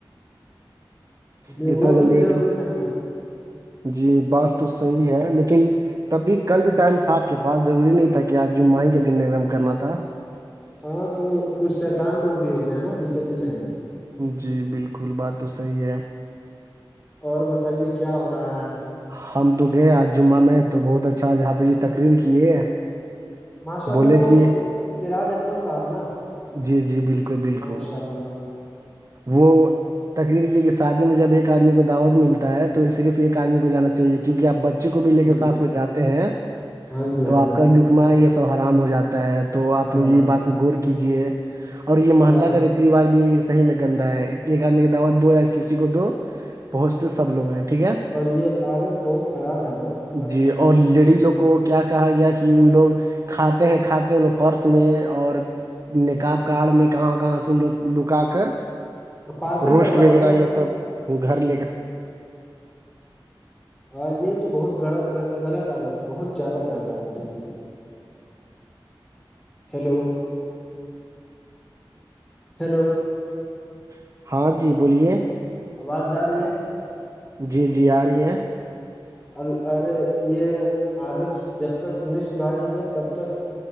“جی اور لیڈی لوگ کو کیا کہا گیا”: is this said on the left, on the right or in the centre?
Right